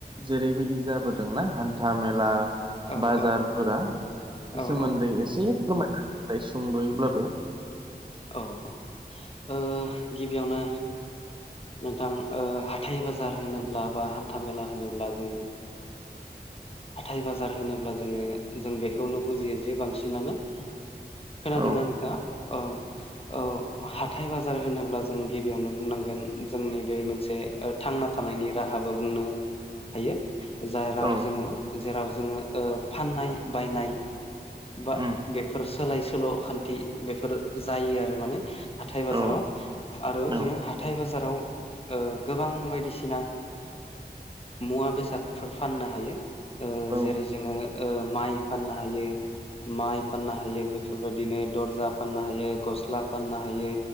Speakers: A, on the right; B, on the left.
A: जेरैबायदि जाबोदोंना हान्था- मेला
B: औ
A: बाजारफोरा
B: औ औ
A: सोमोन्दै एसे फोरमायना होलाय सुंद'यैब्लाबो
B: औ औ ओ गिबियावनो नोंथां हाथाइ -बाजार होनोब्ला बा हान्था- मेला होनोब्ला जोङो हाथाय- बाजार होनोब्ला जोङो जों बेखौनो बुजियो जे बांसिनानो खोनादोंना
A: औ
B: नोंथाङा औ औ हाथाइ- बाजार होनोब्ला जों गिबियावनो बुंनांगोन जोंनि बे मोनसे थांना थानायनि राहाबो बुंनो
A: <inaudible>
B: हायो जाराव
A: औ
B: जोङो जेराव जोङो फाननाय बायनाय बा
A: उम
B: बेफोर सोलाय- सोल' खान्थि बेफोर जायो आरो माने हाथाय
A: औ
B: बाजाराव आरो
A: औ
B: जोङो हाथाइ-बाजाराव गोबां बायदिसिना मुवा बेसादफोर फाननो हायो
A: औ
B: जेरै जोङो माइ फाननो हायो। माइ फाननो हायो बेफोरबायदिनो दरजा फाननो हायो, गस्ला फाननो हायो।